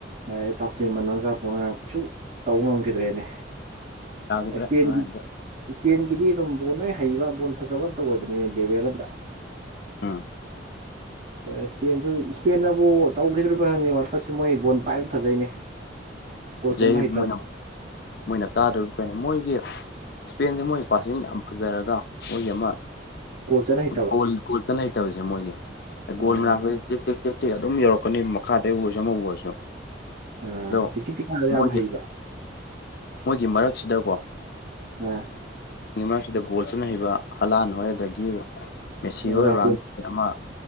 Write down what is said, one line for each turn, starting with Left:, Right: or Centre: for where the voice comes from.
Right: ꯑ ꯇꯥꯎꯆꯦꯃꯤꯅꯤ ꯀꯩꯁꯨ ꯇꯧꯕ ꯉꯝꯈꯤꯗ꯭ꯔꯦꯅꯦ
Left: ꯌꯥꯒꯤꯗ꯭ꯔꯦ
Right: ꯏꯁꯄꯦꯟꯒꯤ
Left: ꯉꯔꯥꯡꯗꯤ
Right: ꯏꯁꯄꯦꯟꯒꯤꯗꯤ ꯑꯗꯨꯝ ꯕꯣꯜ ꯂꯣꯏ ꯍꯩꯕ ꯕꯣꯜ ꯐꯖꯕ ꯑꯝꯇ ꯑꯣꯏꯕꯅꯤꯅꯦ ꯂꯦꯕꯦꯜ ꯑꯝꯗ
Left: ꯑꯥ
Right: ꯏꯁꯄꯦꯟꯁꯨ ꯏꯁꯄꯦꯟꯅꯕꯨ ꯇꯧꯈꯤꯗꯣꯔꯤꯕ ꯈꯛꯅꯤ ꯋꯥꯔꯜ ꯀꯞꯁꯨ ꯃꯣꯏ ꯕꯣꯜ ꯄꯥꯏꯕ ꯐꯖꯩꯅꯦ
Left: <inaudible>
Right: ꯒꯣꯜ ꯆꯟꯕ ꯍꯩꯇꯔꯥ
Left: ꯃꯣꯏꯅ ꯃꯣꯏꯅ ꯀꯥꯗꯣꯔꯤꯕ ꯀꯩꯅꯣ ꯃꯣꯏꯒꯤ ꯏꯁꯄꯦꯟꯁꯦ ꯃꯣꯏ ꯄꯥꯁꯁꯤꯡ ꯌꯥꯝ ꯐꯖꯔꯒ ꯃꯣꯏꯒꯤ ꯑꯃ
Right: ꯒꯣꯜ ꯆꯟ ꯍꯩꯇꯕ
Left: ꯒꯣꯜ ꯒꯣꯜ ꯆꯟꯕ ꯍꯩꯇꯕꯁꯦ ꯃꯣꯏꯒꯤ
Right: ꯃꯥꯅꯤ
Left: ꯒꯣꯜ ꯃꯅꯥꯛꯇ
Right: ꯃꯥꯅꯤ
Left: ꯇꯤꯛ ꯇꯦꯛ ꯇꯤ ꯑꯗꯨꯝ ꯌꯧꯔꯛꯀꯅꯤ ꯃꯈꯥꯗ ꯎ ꯑꯣꯏꯔꯁꯨ ꯑꯃꯨꯛ ꯎ ꯑꯣꯏꯔꯁꯨ
Right: ꯑ
Left: ꯑꯗꯣ
Right: ꯇꯤꯀꯤ ꯇꯤꯀꯥꯗ ꯌꯥꯝ
Left: ꯃꯣꯏꯒꯤ
Right: ꯍꯩꯕ
Left: ꯃꯣꯏꯒꯤ ꯃꯔꯛꯁꯤꯗꯀꯣ
Right: ꯑꯥ
Left: ꯃꯔꯛꯁꯤꯗ ꯒꯣꯜ ꯆꯟꯕ ꯍꯩꯕ ꯍꯂꯥꯟ ꯍꯣꯏ ꯑꯗꯒꯤ ꯃꯦꯁꯤ
Right: ꯑꯦꯝꯕꯥꯄꯦ
Left: ꯍꯣꯏ ꯔꯣꯅꯥꯜꯗꯣ ꯑꯃ